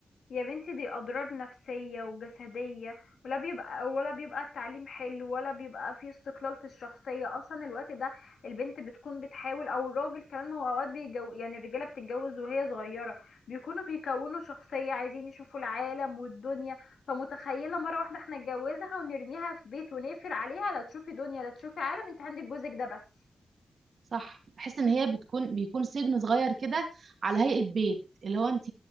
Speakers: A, on the left; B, on the right.
A: يا بنتي دي أضرار نفسية وجسدية ولا بيبقى ولا بيبقى التعليم حلو ولا بيبقى فيه استقلال في الشخصية أصلا الوقت ده البنت بتكون بتحاول أو الراجل كمان ما هو أوقات بيجو يعني الرجالة بتتجوز وهي صغيرة بيكونوا بيكونوا شخصية عايزين يشوفوا العالم والدنيا فمتخيلة مرة واحدة احنا نتجوزها ونرميها في بيت ونقفل عليها لا تشوفي دنيا لا تشوفي عالم انت عندك جوزك ده بس
B: صح بحس ان هي بتكون بيكون سجن صغير كده على هيئة بيت اللي هو انت